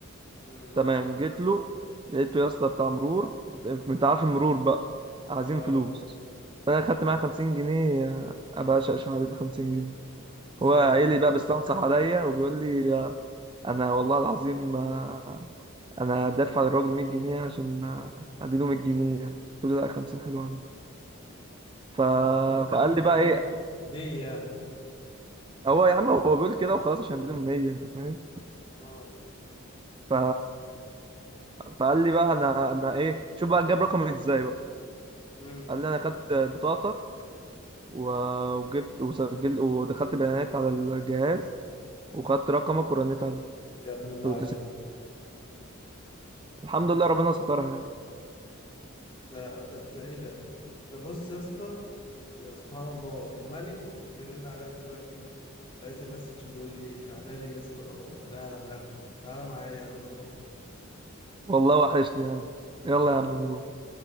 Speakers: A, on the left (about 25°); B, on the right (about 25°).
A: مم.
B: تمام جيت له لقيته يا اسطى بتاع مرور انت عارف المرور بقى عايزين
A: اه
B: فلوس فانا خدت معاه 50 جنيه آه، ابقى اشقشق عليه ب 50 جنيه
A: يا ساتر
B: هو قايل لي بقى بيستنصح عليا وبيقول لي آه، انا والله العظيم آه، انا دافع للراجل 100 جنيه عشان آه، اديله 100 جنيه قلت له لا 50 حلو عليه ف...
A: دفع ده الراجل
B: فقال
A: 100 جنيه
B: لي بقى ايه
A: ليه يعني
B: هو يا عم هو بيقول كده وخلاص عشان اديله 100 انت فاهم
A: اه
B: ف... فقال لي بقى انا انا ايه شوف بقى جاب رقمي ازاي بقى
A: مم.
B: قال لي انا خدت بطاقتك و... وجبت وسجلت ودخلت بيانات على الجهاز وخدت رقمك ورنيت عليه
A: يا ابن اللعيبة
B: قلت له تسلم. الحمد لله ربنا سترها يعني
A: ده ده, ده ايه ده ده بص يا اسطى يا سبحان الله الملك بيرن عليا دلوقتي لقيت لي مسج بيقول لي تعالى لي يا اسطى انا قاعد على القهوه تعالى معايا يلا نروح
B: والله وحشني يا عم يلا
A: يلا
B: يا عم
A: تعالى.
B: نروح